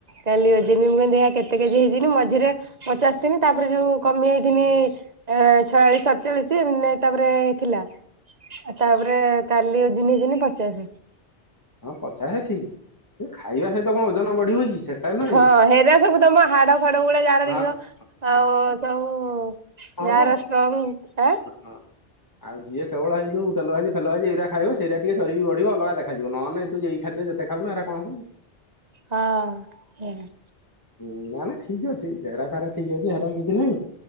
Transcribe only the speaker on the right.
ଖାଲି ଅୋଜ ନିମ ଗ ହାକ <unintelligible> କେତେ କେଜି ହେଇଥିନି ମଝିରେ ପଚାଶ ଥିଲି ତାପରେ ଯୋଉ କମି ଯାଇଥିନି ଏ ଛୟାଳିଶ ସତଚାଳିଶ ମେନେ ତାପରେ ଥିଲା। ଆଉ ତାପରେ କାଲି ଓଜନ ହେଇଥିନି ପଚାସେ।
ହଁ ହେରା ସବୁ ତମ ହାଡ ଫାଡ ଗୁଳା ଯାର
ଦେଖିବ ଆଉ
ସବୁ
ଯାର ଷ୍ଟ୍ରଙ୍ଗ ଏଁ?
ହଁ। ହୁ <unintelligible>